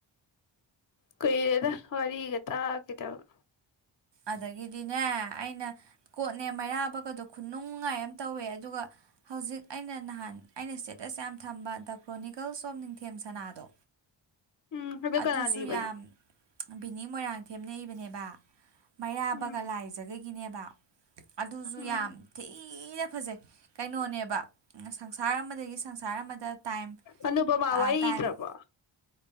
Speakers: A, on the left (about 45°); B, on the right (about 65°).
A: ꯀꯨꯏꯔꯦꯗ ꯋꯥꯔꯤꯒ ꯇꯥꯒꯤꯗꯕ
B: ꯑꯗꯒꯤꯗꯤꯅꯦ ꯑꯩꯅ ꯀꯣꯠꯅꯦ ꯃꯩꯔꯥꯕꯒꯗꯣ ꯈꯨꯅꯨꯡꯉꯥꯏ ꯑꯃ ꯇꯧꯋꯦ ꯑꯗꯨꯒ ꯍꯧꯖꯤꯛ ꯑꯩꯅ ꯅꯍꯥꯟ ꯑꯩꯅ ꯏꯁꯇꯦꯇꯁ ꯌꯥꯝ ꯊꯝꯕ ꯗ ꯀ꯭ꯔꯣꯅꯤꯀꯜꯁ ꯑꯣꯐ ꯅꯤꯡꯊꯦꯝ ꯁꯅꯥꯗꯣ
A: ꯎꯝ ꯑꯗꯨ
B: ꯑꯗꯨꯁꯨ
A: ꯀꯅꯥꯅ ꯏꯕꯅꯣ
B: ꯌꯥꯝ ꯕꯤꯅꯤ ꯃꯣꯏꯔꯥꯡꯊꯦꯝꯅ ꯏꯕꯅꯦꯕ ꯃꯩꯔꯥꯕꯒ
A: ꯎꯝ
B: ꯂꯥꯏꯖꯒꯒꯤꯅꯦꯕ ꯑꯗꯨꯁꯨ
A: ꯎꯝ
B: ꯌꯥꯝ ꯊꯤꯅ ꯐꯖꯩ ꯀꯩꯅꯣꯅꯦꯕ ꯁꯪꯁꯥꯔ ꯑꯃꯗꯒꯤ ꯁꯪꯁꯥꯔ ꯑꯃꯗ ꯇꯥꯏꯝ
A: ꯑꯅꯨꯄꯃꯥ ꯋꯥꯔꯤ
B: ꯇꯥꯏꯝ
A: ꯏꯗ꯭ꯔꯕꯣ